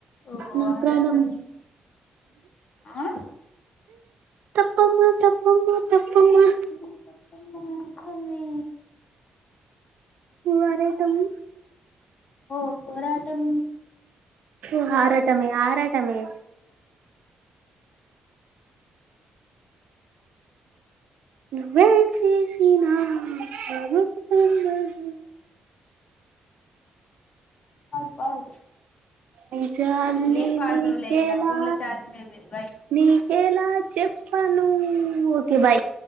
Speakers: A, on the left; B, on the right.
A: ఓ
B: నా
A: ఆరాటం
B: ప్రాణం
A: ఆ
B: తప్పమ్మా తప్పమ్మా తప్పమ్మా
A: ప్పమా తప్పమా అంటుంది
B: ఓ వరటము
A: ఓ పోరాటం
B: ఏ ఆరాటమే ఆరాటమే నువ్వైం చేసిన బాగుంటుందని
A: పాడు పాడు
B: నిజాన్ని
A: ఇంగేం పాడదువులే
B: నీకేలా
A: నా ఫోన్ లో ఛార్జింగ్ అయిపోయింది బాయ్
B: నీకేలా చెప్పను ఓకే బాయ్